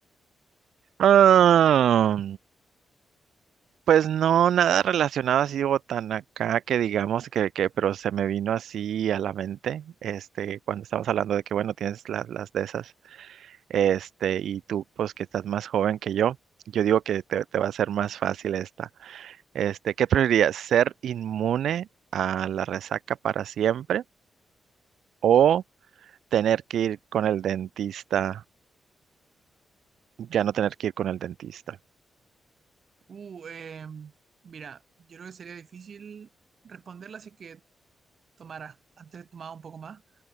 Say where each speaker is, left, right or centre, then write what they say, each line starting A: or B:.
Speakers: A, on the right; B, on the right.
A: Ah, Pues no, nada relacionado así digo tan acá que digamos que, que, pero se me vino así a la mente, este, cuando estábamos hablando de que, bueno, tienes las, las de esas, este, y tú, pues que estás más joven que yo, yo digo que te, te va a ser más fácil esta. Este, ¿qué preferirías? ¿Ser inmune a la resaca para siempre o tener que ir con el dentista, ya no tener que ir con el dentista?
B: Uh, eh, mira, yo creo que sería difícil responderla así que tomara. Antes tomaba un poco más,